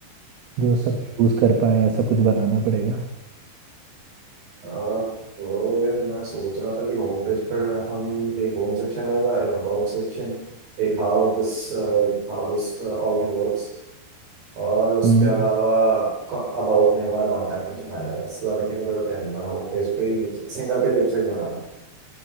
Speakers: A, on the right; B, on the right.
A: जो सब यूज़ कर पाए ऐसा कुछ बनाना पड़ेगा
B: हाँ तो यार मैं सोच रहा था कि होम पेज पर हम एक होम सेक्शन आएगा एक अबाउट सेक्शन एक how this how this all thing works और उसके
A: हम्म
B: अलावा अबाउट में हमारा कॉन्टैक्ट सेक्शन आ जाएगा उससे ज्यादा की हमें जरूरत है नहीं हमारा होम पेज पे ही सिंगल पेज वेबसाइट बना लेंगे